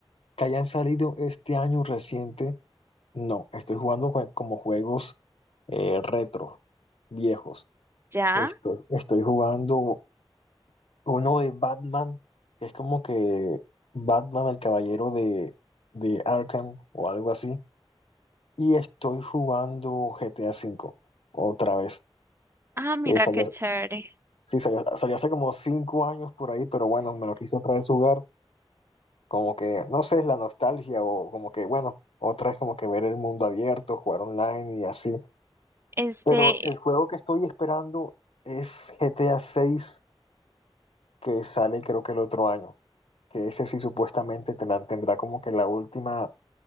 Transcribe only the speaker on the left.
que hayan salido este año reciente, no, estoy jugando co- como juegos eh, retro, viejos.
Estoy, estoy jugando uno de Batman, que es como que Batman, el caballero de, de Arkham o algo así, y estoy jugando GTA V otra vez.
Eh, salió-
sí, salió, salió hace como cinco años por ahí, pero bueno, me lo quise otra vez jugar como que, no sé, la nostalgia o como que, bueno, otra es como que ver el mundo abierto, jugar online y así.
Pero el juego que estoy esperando es GTA 6, que sale creo que el otro año, que ese sí supuestamente te la- tendrá como que la última